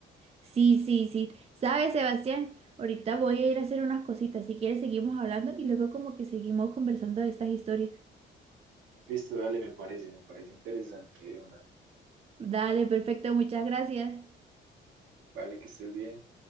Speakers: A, on the right (about 30°); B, on the right (about 80°).
A: Sí, sí, sí. ¿Sabes, Sebastián? Ahorita voy a ir a hacer unas cositas. Si quieres, seguimos hablando y luego como que seguimos conversando de estas historias.
B: Listo, dale, me parece, me parece interesante, una.
A: Dale, perfecto, muchas gracias.
B: Vale, que estés bien.